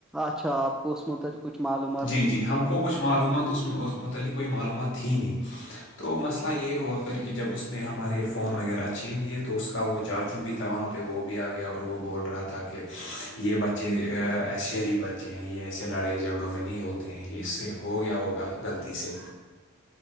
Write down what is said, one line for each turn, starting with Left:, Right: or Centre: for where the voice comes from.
Centre: اچھا آپ کو اس میںت کچھ معلومات
Left: جی
Centre: نہیں
Left: جی
Centre: تھی
Left: ہم
Centre: کیا
Left: کو کچھ معلومات اس متعلق کوئی معلومات تھی نہیں تو مسئلہ یہ ہوا کر کے جب اس نے ہمارے فون وغیرہ چھین لیے تو اس کا وہ چاچو بھی تھا وہاں پہ وہ بھی آ گیا اور وہ بول رہا تھا تھا کہ یہ بچےے شریف بچے ہیں یہ ایسے لڑائی جھگڑوں میں نہیں ہوتے تو اس سے ہو گیا ہوگا غلطی سے
Centre: ج